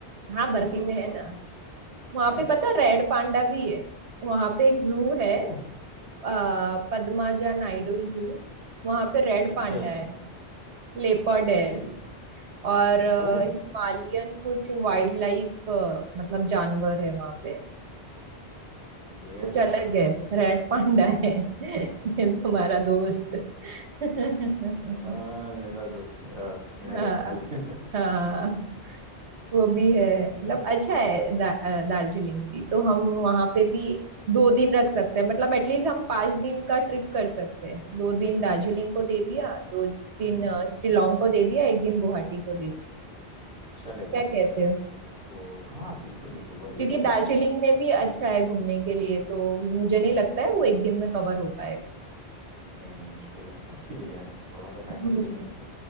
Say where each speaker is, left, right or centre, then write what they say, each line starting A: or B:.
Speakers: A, on the right; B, on the right.
A: हाँ बर्फी
B: अ,
A: में है ना वहां
B: है ना
A: पे पता है रेड पांडा भी है वहां पे एक जू है
B: ओह
A: आ, पद्माजा नायडू जू वहां पे रेड
B: अच्छा
A: पांडा
B: अच्छा
A: है लेपर्ड
B: ओके
A: है और अ,
B: ओह
A: हिमालयन कुछ वाइल्ड लाइफ मतलब जानवर है वहां पे
B: सही है यार
A: कुछ अलग है रेड पांडा है <laughs> तुम्हारा दोस्त <laughs>
B: हाँ मेरा दोस्त मेरा इनर
A: हाँ
B: एनिमल <laughs>
A: हाँ वो भी है मतलब
B: तो
A: अच्छा है दा, अ, दार्जिलिंग भी तो हम वहां पे भी दो दिन रख सकते हैं मतलब एटलीस्ट हम पांच दिन का ट्रिप कर सकते हैं दो दिन दार्जिलिंग को दे दिया दो दिन
B: हम्म,
A: अ, शिलोंग को दे दिया एक दिन गुवाहाटी को दे दिया
B: चलेगा
A: क्या कहते हो
B: तो हाँ बिल्कुल बिल्कुल वर्थ
A: क्योंकि
B: इट होगा
A: दार्जिलिंग
B: यार
A: में भी अच्छा है घूमने के लिए तो मुझे नहीं लगता है वो एक दिन में कवर हो पाएगा
B: नहीं मुश्किल है अच्छी जगह है ना थोड़ा सा टाइम
A: हम्म
B: दे देंगे